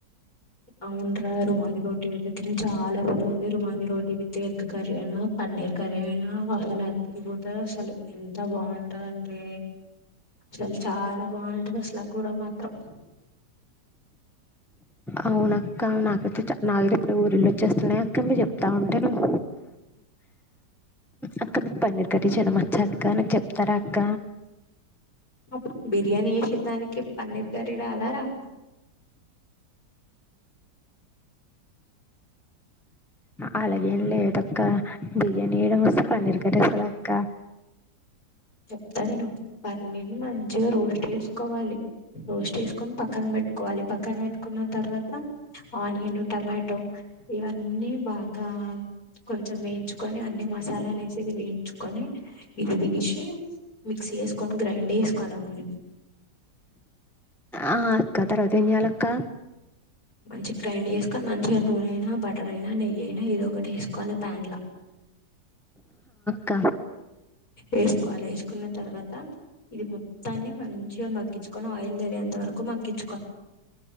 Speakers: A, on the left; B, in the centre.
A: అవునురా రుమాలి రోటీ అయితే తిని చాలా రోజులయింది rumali roti with egg curry అయినా పన్నీర్ కర్రీ అయినా అసలు అదిరిపోతంది అసలు ఎంత బాగుంటదంటే అసలు చాలా బాగుంటది అసలు కూడా మాత్రం
B: అవునక్క నాకైతే చా నాకైతే ఇప్పుడు ఊరిల్లోచుస్తున్నాయి అక్క మీరెప్ చెప్తా ఉంటే నువ్ అక్క నకు పన్నీర్ కర్రీ చేయడం వచ్చా అక్క నాకు చెప్తారా అక్క
A: అప్ బిర్యానీ చేసిన దానికి పన్నీర్ కర్రీ రాదరా
B: అలాగేం లేదక్క బిర్యానీ చేయడం వస్తే పన్నీర్ కర్రీ వస్తదక్క
A: చెప్తా విను పన్నీర్ ని మంచిగా రోస్ట్ చేసుకోవాలి రోస్ట్ చేసుకొని పక్కన పెట్టుకోవాలి పక్కన పెట్టుకున్న తర్వాత ఆనియన్ టమాటో ఇవన్నీ బాగా కొంచెం వేయించుకొని అన్ని మ మసాలాలు వేసేది వేయించుకొని అ ఇదదిగీషి మిక్సీ చేసుకొని గ్రైండ్ చేేసుకోవాలం
B: ఆ అక్క తర్వవాత ఏం చేయాలి అక్క
A: మంచి గా గ్రైండ్ చేసుకని మంచిగా నూనె అయినా బటర్ అయినా నెయ్యి అయినా ఏదో ఒకటి వసుకోవాల ప్యాన్లా
B: క్క
A: వేసుకోవాలి వేసుకున్న తర్వాత ఇది మొత్తాన్ని మంచిగా మగ్గించుకొని ఆయిల్ తేలేంత వరకు మగ్గిం